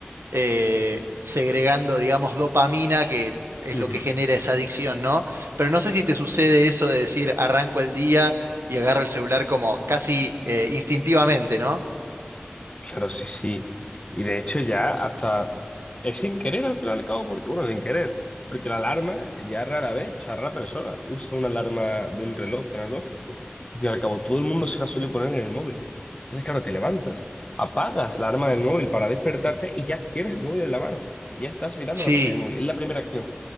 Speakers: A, on the right; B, on the left.
A: eh, segregando, digamos, dopamina, que es
B: Ujú.
A: lo que genera esa adicción, ¿no? Pero no sé si te sucede eso de decir, arranco el día y agarro el celular como casi eh, instintivamente, ¿no?
B: Claro, sí, sí. Y de hecho ya hasta Es sin querer al final y al cabo, porque, bueno, sin querer, porque la alarma ya rara vez, o sea, rara persona usa una alarma de un reloj analógico. Al fin y al cabo, todo el mundo se la suele poner en el móvil. Entonces, claro, te levantas, apagas la alarma del móvil para despertarte y ya tienes el móvil en la mano. Y ya estás mirando
A: Sí,
B: la pantalla del móvil. Es la primera acción.